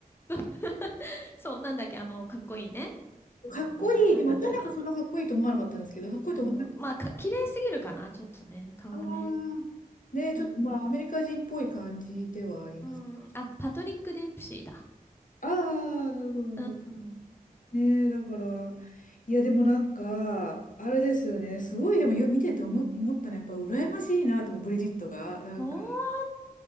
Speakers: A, on the left (about 15°); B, on the left (about 60°).
A: <laughs> そう、なんだっけ、あの、かっこいいね。あの、
B: かっこいい。
A: 名前なんだっけな。
B: でも、私はなんかそんなかっこいいと思わなかったんですけど、かっこいいと思いまし
A: あの、まあ、か、綺麗すぎるかな、ちょっとね、顔がね。
B: た。あーで、ちょっとまあ、
A: うん。
B: アメリカ人っぽい感じではあります。
A: うん。あ、パトリック・デンプシーだ。
B: ああ、なるほど、なるほど。
A: うん。
B: ねえ、だから、いや、でもなんか、あれですよね、すごい、でもよ見てて思、思ったのは、やっぱ羨ましいなと思う、ブリジットが。なんか、
A: ほん